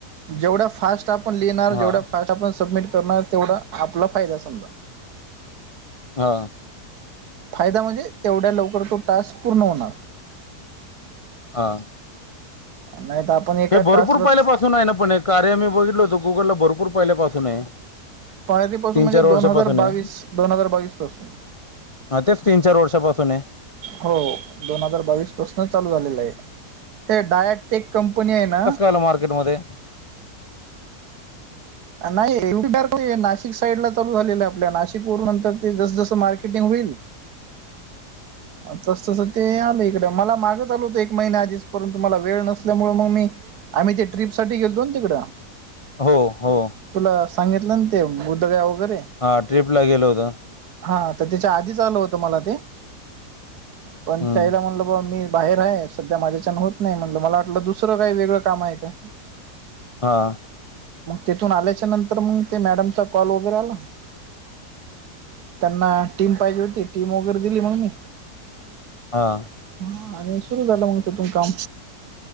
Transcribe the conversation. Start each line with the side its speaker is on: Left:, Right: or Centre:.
Right: जेवढा फास्ट आपण लिहिणार जेवढा
Left: हा
Right: फास्ट आपण सबमिट करणार तेवढा आपला फायदा समजा.
Left: हा.
Right: फायदा म्हणजे तेवढ्या लवकर तो टास्क पूर्ण होणार.
Left: हां.
Right: <inaudible> नाही तर एका
Left: हे भरपूर
Right: टास्कला
Left: पहिल्यापासून आहे ना पण हे कार्य मी बघितलो होतो गुगलला भरपूर पहिल्यापासून आहे.
Right: पयारी पासून
Left: तीन
Right: म्हणजे
Left: चार वर्षापासून
Right: दोन हजार बावीस,
Left: आहे
Right: दोन हजार बावीस पासून.
Left: हा तेच तीन-चार वर्षापासून आहे.
Right: हो दोन हजार बावीस पासूनच चालू झालेलं आहे, ते डायाटेक कंपनी आहे ना
Left: फल मार्केटमध्ये.
Right: नाही <unintelligible> नाशिक साईड ला चालू झालेलं आपल्या नाशिक वरून नंतर ते जस जसं मार्केट टिंग जेव्हा होईल
Left: <inaudible>
Right: तस तस ते आलं इकडं मला मागं चालू होतं एक महिने्या आधीच परंतु मला वेळ नसल्यामुळे मग मी आम्ही ते ट्र्रीपसाठी गेलतो ना तिकडं.
Left: हो हो.
Right: तुला सांगितलं ना ते बुध्दगाव वगैरे.
Left: हा ट्र्रीपला गेलं होतं.
Right: हा तर त्याच्या आधीच आल होतं मला ते. पण
Left: हम्म
Right: त्यायला म्हणलं बा मी बाहेर आहे स सध्या माझ्याच्यान होत नाही म्हण मला वाटलं दुसरं काही वेगळं काम आहे काय.
Left: हा.
Right: तिथून आल्याच्या नंतर मग ते मॅडमचा कॉल वगैरे आला. त्यांना टीम पाहिजे होती टीम वगैरे दिली मग मी.
Left: हा.
Right: हा आणि सुरू झालं मग तिथून काम,